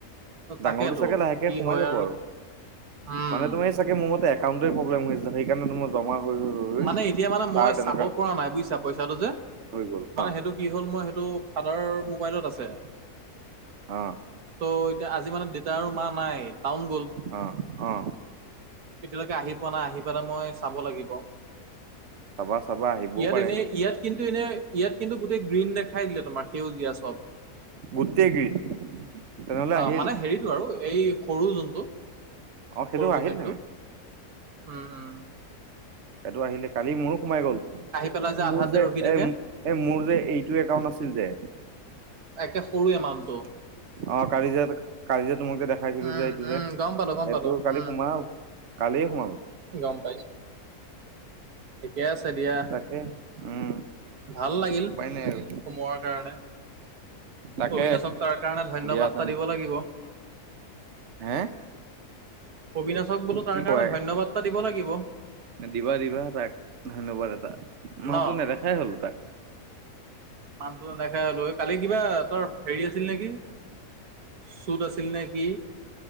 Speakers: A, on the right; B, on the right.
A: তাকেতো
B: ডাঙৰটো চাগে লাহেকে
A: কি
B: সোমাই
A: হয়
B: যাব আৰু
A: উম,
B: মানে তোমাৰ এই চাগে মোৰ মতে একাউণ্টটোৱে প্ৰব্লেম হৈ আছিলে সেইকাৰণে তোমাৰ জমা হৈ হৈ হৈ হৈ
A: মানে এতিয়া মানে মই
B: তাৰ তেনেকা
A: চাব পৰা নাই বুয়িছা পইছাটো যে
B: হৈ গ'ল
A: মানে
B: অ
A: সেইটো কি হ'ল মই সেই টো ফাদাৰৰ মোবাইলত আছে।
B: অ
A: ত' এতিয়া আজি মানে দেতা আৰু মা নাই, টাউন গ'ল।
B: অ অ
A: এতিয়ালৈকে আহি পোৱা নাই, আহি পালে মই চাব লাগিব।
B: চাবা চাবা আহিবও
A: ইয়াত
B: পাৰে
A: এনে ইয়াত কিন্ ত এনে ইয়াত কিন্তু গোটেই গ্ৰীণ দেখাই দিলে তোমাৰ সেউজীয়া চব।
B: গোটেই গ্ৰীণ তেনেহলে
A: অ
B: আহিল
A: মানে হেৰিটো আৰু এই সৰু যোনটো।
B: অ সেইটো
A: সৰু পেমেন্ট
B: আহিল তেনে
A: টো, ওম ওম।
B: এইটো আহিলে, কালি মোৰো সোমাই গ'ল।
A: পেলাই আধাত
B: মোৰ যে
A: ৰখি থাকে
B: এ এ মোৰ যে এইটো একাউণ্ট আছিল। যে
A: একে সৰু এমাউন্তো।
B: অ কালি যে কালি যে তোমাক যে দেখাইছিলো
A: উম
B: যে এইটো
A: উম
B: যে,
A: গম পালো গম
B: সেইটো
A: পালো
B: কালি
A: উম
B: সোমাল, কালিয়ে সোমাল।
A: গম পাইছো ঠিকে আছে দিয়া।
B: তাকে উম
A: ভাল লাগিল,
B: উপায় নাই আৰু
A: সোমোৱাৰ কাৰণে।
B: তাকে
A: অবিনাচক তাৰ কাৰণে ধন্যবাদ
B: দিয়া তেনে
A: এটা দিব লাগিব।
B: হে?
A: অবিনাচক বোলো তাৰ
B: কি
A: কাৰণে
B: কয়
A: ধন্যবাদ এটা দিব লাগিব।
B: দিবা দিবা তাক ধন্যবাদ এটা।
A: ন
B: মানুহটো নেদেখাই হ'ল তাক।
A: মানুহটো নেদেখা হ'লগৈ। কালি কিবা তোৰ হেৰী আছিল নেকি? ছোট আছিল নেকি?